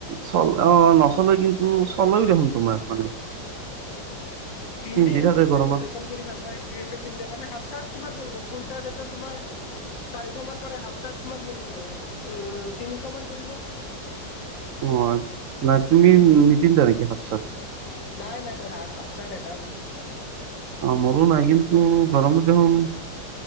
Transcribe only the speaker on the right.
চল অ নচলে কিন্তু চলেও দেখোন তোমাৰ মানে।
পিন্ধি থাকে
গৰমত
অ, ন তুমি নিপিন্ধা নিকি হাফ চাৰ্ট?
অ, মোৰো নাই কিন্তু গৰমত দেখোন